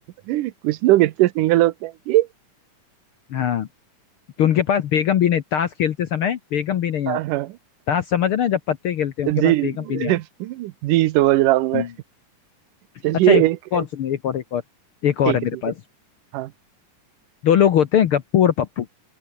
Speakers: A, on the right; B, on the left.
A: कुछ लोग इतने सिंगल होते हैं कि <laughs>
B: हाँ तो उनके पास बेगम भी नहीं ताश खेलते समय बेगम भी नहीं
A: हाँ
B: आती
A: हाँ
B: ताश समझ रहे हैं जब पत्ते खेलते हैं उनके
A: जी
B: पास बेगम भी नहीं
A: <laughs>
B: आती
A: जी समझ रहा हूँ मैं
B: हम्म।
A: चलिए
B: अच्छा एक
A: एक
B: और सुनिए एक और एक और एक और
A: ठीक
B: है
A: है
B: मेरे
A: ठीक
B: पास
A: है हाँ
B: दो लोग होते हैं गप्पू और पप्पू